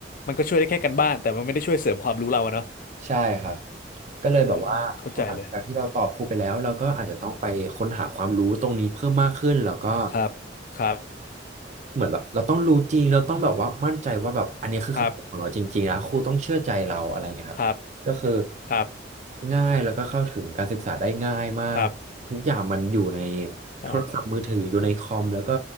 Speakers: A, on the left; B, on the right.
A: มันก็ช่วยได้แค่การบ้านแต่มันไม่ได้ช่วยเสริมความรู้เราอะเนาะ
B: ใช่ครับก็เลยแบบว่าพอหลังจากที่เราตอบครูไปแล้วเราก็อาจจะต้องไปค้นหาความรู้ตรงนี้เพิ่มมากขึ้นแล้วก็
A: อืมอืมเข้าใจเลยครับครับ
B: เหมือนแบบเราต้องรู้จริงเราต้องแบบว่ามั่นใจว่าแบบอันนี้คือคำตอบของเราจริงๆนะครูต้องเชื่อใจเราอะไรเงี้ยครับก็คือ
A: ครับครับครับ
B: ง่ายแล้วก็เข้าถึงการศึกษาได้ง่ายมากทุกอย่างมันอยู่ใน
A: ครับ
B: โทรศัพท์มือถืออยู่ในคอมแล้วก็
A: ได้